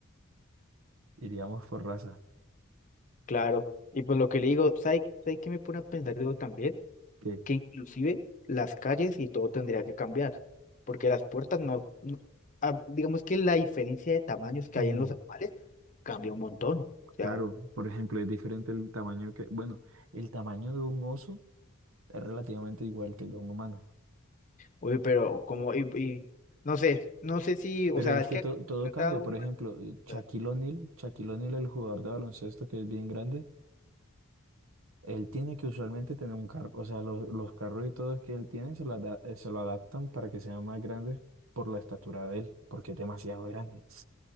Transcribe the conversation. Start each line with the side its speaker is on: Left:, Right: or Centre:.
Right: iríamos por raza,
Left: Claro, y pues lo que le digo, ¿sabes, ¿sabes qué me pone a pensar digo también?
Right: que
Left: que inclusive las calles y todo tendría que cambiar, porque las puertas no, no- ah, digamos que la diferencia de tamaños que
Right: mm,
Left: hay en los animales cambia un montón. O sea,
Right: claro, por ejemplo, es diferente el tamaño que, bueno, el tamaño de un oso es relativamente igual que el de un humano,
Left: uy, pero como, y, y no sé, no sé si, o
Right: pero
Left: sea,
Right: es
Left: es
Right: que
Left: que
Right: to-
Left: han
Right: todo
Left: tratado
Right: cambia, por
Left: humano,
Right: ejemplo, eh, Shaquille
Left: o sea,
Right: O'Neal, Shaquille O'Neal, el jugador de baloncesto que es bien grande. Él tiene que usualmente tener un carro, o sea, los, los carros y todo que él tiene se lo, ada- eh, se lo adaptan para que sean más grandes por la estatura de él, porque es demasiado grande.